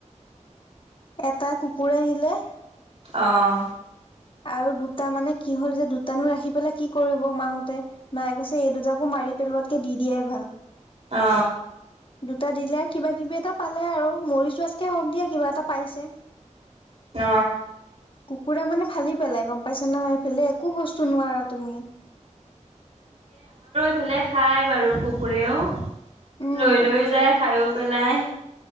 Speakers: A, on the left; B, on the right.
A: এটা কুকুৰে নিলে
B: আহ।
A: আৰু দুটা মানে কি হল যে দুটানো ৰাখি পেলাই কি কৰিব মাহতে মায়ে কৈছে এই দুটাকো মাৰ- মাৰি পেলোৱাতকে দি দিয়ে ভাল।
B: অ।
A: দুটা দিলে কিবা কিবি এটা পালে আৰু মৰি যোৱাতকে হওক দিয়া কিবা এটা পাইছে-
B: অ।
A: কুকুৰা মানে ফালি পেলাই গম পাইছে না আমাইফালে একো বস্তু- চুনুৱা তুমি
B: <unintelligible> খায় বাৰু কুকুৰেও
A: উম,
B: লৈ লৈও যায় খায়ো পেলাই-